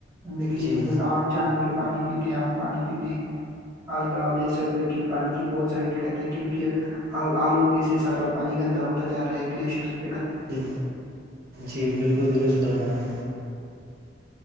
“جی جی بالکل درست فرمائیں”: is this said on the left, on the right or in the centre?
Right